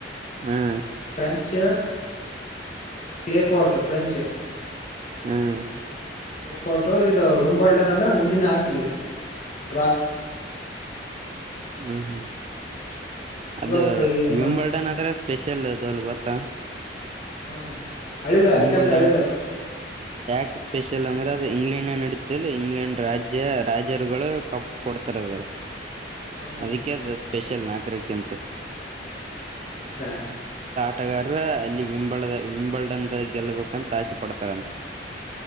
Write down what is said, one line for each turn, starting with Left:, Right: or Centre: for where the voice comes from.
Right: ಹ್ಮ್.
Left: French clay court French.
Right: ಹ್ಮ್.
Left: ಪ್ಲೇಕೌಟು ಇದು ವಿಂಬಲ್ಡನ್ ಅಂದ್ರೆ ಹುಲ್ಲಿನ ಹಾಸಿಗೆ ಗ್ರಾಸ್.
Right: ಹ್ಮ್ ಹ್ಮ್. ಅದು
Left: ಇವಾಗ ಈಗಮ್ಮ
Right: ವಿಂಬಲ್ಡನ್ ಅದ್ರೆ. ಸ್ಪೆಷಲ್ ಅದು ಅಲ್ಲಿ ಗೊತ್ತಾ
Left: ಹಾ ಅಳಿದ ಅತ್ಯಂತ
Right: ವಿಂಬಲ್ಡನ್
Left: ಅಳೆದ ಅದು
Right: ಯಾಕೆ ಸ್ಪೆಷಲ್ ಅಂದ್ರೆ ಅದು ಇಂಗ್ಲೆಂಡ್ ನಡೀತಿಲ್ ಇಂಗ್ಲೆಂಡ್ ರಾಜ್ಯ ರಾಜರುಗಳು ಕಪ್ ಕೊಡ್ತಾರದಾರೆ
Left: ಹ್ಮ್
Right: ಅದಕ್ಕೆ ಅಷ್ಟ ಸ್ಪೆಷಲ್ ನಾಲ್ಕರಕ್ಕೆಂತ
Left: ಹೌದಾ
Right: ಆಟಗಾರ ಅಲ್ಲಿ ವಿಂಬಳ ವಿಂಬಳದ ಗೆಲ್ಲಬೇಕಂತ ಆಸೆ ಪಡ್ತಾರಂತ